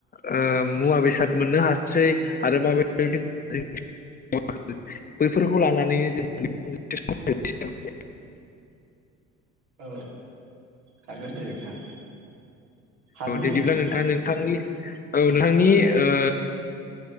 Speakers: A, on the left; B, on the right.
A: ओ मुवा बेसाद मोननो हाससै आरो माबायदि <unintelligible> बैफोरखौ लानानैनो जों <unintelligible>
B: औ हागोन दे नोंथां। हागोन
A: औ दे बिदिब्ला
B: नोंथां
A: नोंथाङा नोंथांनि औ नोंथांनि ओ